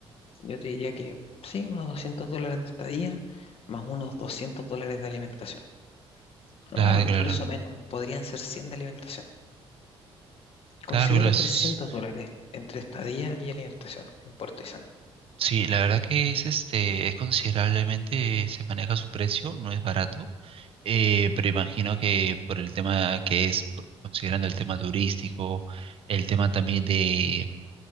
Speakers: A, on the left; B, on the right.
A: yo te diría que sí, unos 200 dólares de estadía, más unos 200 dólares de alimentación. No,
B: claro,
A: incluso
B: claro.
A: menos, podrían ser 100 de alimentación. Considera
B: Claro, las-
A: 300 dólares entre estadía y alimentación en Puerto Aysén.
B: sí, la verdad que es este, es considerablemente, se maneja su precio, no es barato. Eh, pero imagino que por el tema que es, por- considerando el tema turístico, el tema también de